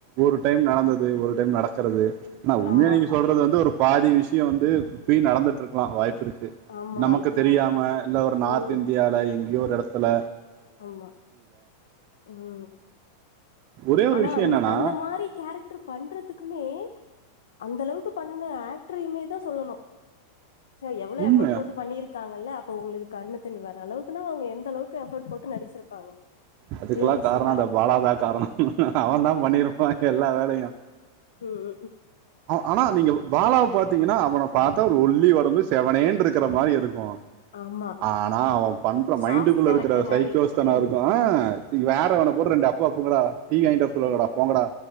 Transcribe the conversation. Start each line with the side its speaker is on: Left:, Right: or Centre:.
Right: ஒரு டைம் நடந்தது ஒரு டைம் நடக்றது ஆனா உண்மய
Left: ஆமா
Right: நீங்க சொல்றது வந்து ஒரு பாதி விஷ்யோ வந்து இப்பியு நடந்துட்டுருக்லா வாய்ப்பு இருக்கு
Left: ஆமா
Right: நமக்கு
Left: வாய்ப்பு இருக்கு
Right: தெரியாம இல்ல ஒரு நார்த்
Left: ம்
Right: இந்தியால எங்கியோ ஒரு எடத்துல
Left: ஆமா ம்
Right: ஒரே ஒரு
Left: ஆனா
Right: விஷயம்
Left: அந்த
Right: என்னன்னா
Left: அந்த மா ரி கேரக்டர் பண்றதுக்குமே அந்த அளவுக்கு பண்ண ஆக்ட்ருயுமேதா சொல்லணு ச்சே எவ்ளோ
Right: உண்மை
Left: எஃபர்ட் போட்டு பண்ணிருக்காங்கல்ல அப்ப உங்ளுக்கு கண்ணு தண்ணி வர அளவுக்குனா அவுங்க எந்தளவுக்கு எஃபர்ட் போட்டு நடிச்சிருப்பாங்க
Right: அதுகுல்லா
Left: ரியலிஸ்டிக்கா
Right: காரணோ அந்த பாலாதா காரணோ அவதா பண்ணிருப்பா எல்லா வேலையு
Left: ம் ம் ம்
Right: ஆனா நீங்க பாலாவ பாத்திங்கன்னா அவன பாத்தா ஒரு ஒல்லி ஒடம்பு செவனேன்னு இருக்ற மாரி இருக்கு
Left: ஆமா
Right: ஆனா அவ பண்ற மைண்டுக்குள்ள
Left: சாஃப்ட் கேரக்டர்
Right: இருக்ற சைக்கோஸ்தனோ
Left: மாரி ம்
Right: இருக்குல வேற வன போட்டு ரெண்டு அப்பு அப்புங்கடா டீ வாய்ட்டு வர சொல்லுங்கடா போங்கடா